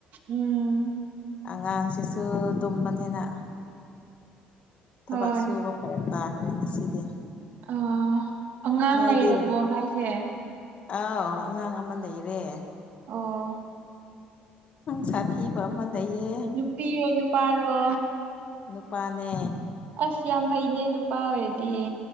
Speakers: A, on the right; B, on the left.
A: ꯎꯝ
B: ꯑꯉꯥꯡ ꯁꯤ ꯁꯨ ꯇꯨꯝꯕꯅꯤꯅ ꯊꯕꯛ
A: ꯍꯣꯏ
B: ꯁꯨꯕ ꯐꯔꯛ ꯇꯥꯈ꯭ꯔꯦ ꯉꯁꯤꯗꯤ
A: ꯑ ꯑꯉꯥꯡ
B: ꯅꯣꯏꯗꯤ
A: ꯂꯩꯔꯕꯣ ꯍꯥꯏꯁꯦ
B: ꯑꯥꯎ ꯑꯉꯥꯡ ꯑꯃ ꯂꯩꯔꯦ
A: ꯑꯣ
B: ꯁꯥꯊꯤꯕ ꯑꯃꯥ ꯂꯩꯌꯦ
A: ꯅꯨꯄꯤꯔꯣ ꯅꯨꯄꯥꯔꯣ
B: ꯅꯨꯄꯥꯅꯦ
A: ꯑꯁ ꯌꯥꯝ ꯐꯩꯅꯦ ꯅꯨꯄꯥ ꯑꯣꯏꯔꯗꯤ